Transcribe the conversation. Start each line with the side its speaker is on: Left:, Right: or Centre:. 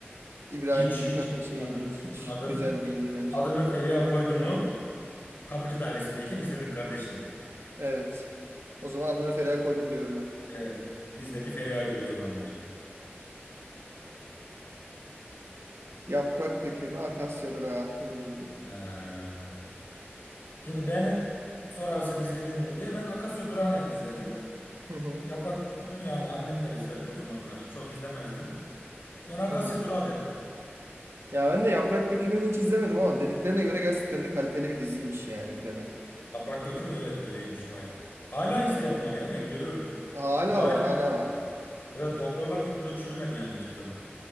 Right: İbrahim
Left: Hiç
Right: Büyükak'ın
Left: hiç
Right: şeyiydi.
Left: duymadım,
Right: Hiç
Left: hiç duymadım.
Right: güzel değildi bence.
Left: Adını Feriha koydu mu kapıcı dairesindeyken izledik kardeşim.
Right: Evet. O zaman adını Feriha koydum diyorum ben.
Left: Evet. Biz de bir Feriha'ydık o zamanlar.
Right: Yaprak dökümü akasya durağı. Hmm.
Left: Ee, Şimdi beni sorarsan izledin mi diye ben Akasya Durağı'nı hep izledim.
Right: Hı hı,
Left: Yaprak dökümü yani annemler izlerdi o zamanlar. Çok izlemezdim. Ben Akasya
Right: hı hı.
Left: Durağı derim.
Right: Ya ben de yaprak dökümünü hiç izlemedim ama dediklerine göre gerçekten de kaliteli bir diziymiş yani bir dönem.
Left: Yaprak dökümü evet öyleymiş bayağı. Hala izleyen var ya ben görüyorum.
Right: Hala
Left: Bu da aynı.
Right: var, hala var.
Left: Evet doktorlar gibi bu da çürümedi yani hiçbir zaman.